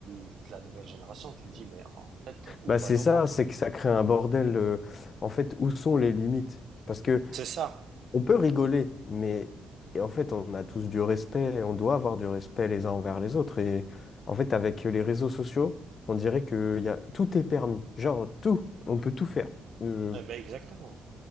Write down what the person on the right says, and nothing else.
de la nouvelle génération, tu te dis, mais en fait, où
va
le
monde?
C'est ça.
Eh ben, exactement.